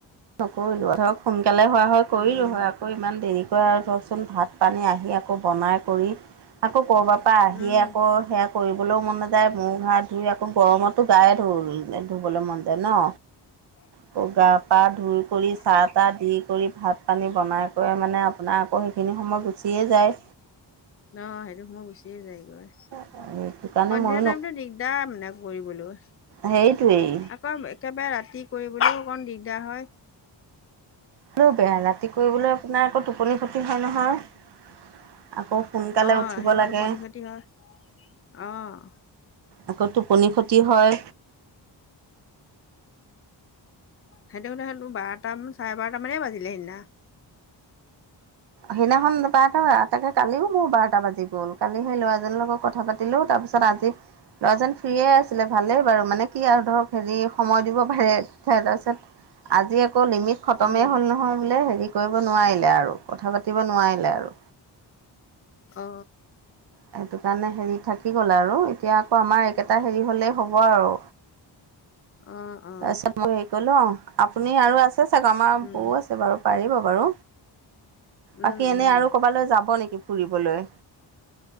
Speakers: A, on the right; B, on the left.
A: নকৰিলো ধৰক সোনকালে হোৱা হয় কৰিলো
B: উম
A: হয় আকৌ ইমান দেৰি ত‌ই আই ক‌ওকচোন ভাত - পানী আহি আকৌ বনাই কৰি আকৌ কৰবা পা আহি
B: উম
A: আকৌ সেৱা কৰিবলৈও মন নাযায়, মুখ - হাত ধুই আকৌ গৰমতো গায়ে ধু ধুবলৈ মন যায় ন।
B: হয়। <inaudible>
A: কগা পা ধুই কৰি চাহ - তাহ দি কৰি ভাত - পানী বনাই কৰি মানে আপোনাৰ আকৌ সেইখিনি সময় গু চিয়ে যায়।
B: ন সেইটো সময় গুচিয়ে যায়গৈ,
A: সেইটো কাৰণে
B: সন্ধিয়া
A: ময়ো
B: টাইমতো
A: ন
B: দিগদাৰ মানে। কৰিবলো।
A: সেইটোৱেই।
B: আকৌ এ একেবাৰে ৰাতি কৰিবলৈও অকণ দিগদাৰ হয়।
A: হেটো বেয়া ৰাতি কৰিবলৈ আপোনাৰ আকৌ টোপনি খতি হয় নহয় আকৌ সোনকালে
B: অঁ
A: উঠিব
B: সেইটো
A: লাগে
B: টোপনি খতি হয় অঁ।
A: আকৌ টোপনি ক্ষতি হয়।
B: সেইটো হ'লে সেইটো বাৰটামান চাৰে বাৰটামানেই বাজিলে সেইদিনা।
A: সেইদিনাখন বাৰটা তাকে কালিও মোৰ বাৰটা বাজি গ'ল, কালি সেই ল'ৰাজনৰ লগত কথা পাতিলো তাৰপিছত আজি ল'ৰাজন ফ্ৰীয়ে আছিলে ভালেই বাৰু মানে কি আৰু ধৰক হেৰি সময় দিব পাৰে হে তাৰপাছত আজি আকৌ লিমিট খতমেই
B: উম
A: হ'ল নহয় বোলে হেৰি কৰিব নোৱাৰিলে আৰু কথা পাতিব নোৱাৰিলে আৰু।
B: অ।
A: সেইটো কাৰণে হেৰি থাকি গ'ল আৰু এতিয়া আকৌ আমাৰ একেটা হেৰি হ'লেই হ'ব আৰু।
B: অ অ
A: তাৰপিছত মই হেৰি কৰিলো আও আপুনি আৰু আছে চাগে আমাৰ
B: উম
A: বৌ আছে বাৰু। পাৰিব বাৰু,
B: উম
A: বাকী এনে
B: উম
A: আৰু কবালৈ যাব নেকি ফুৰিবলৈ?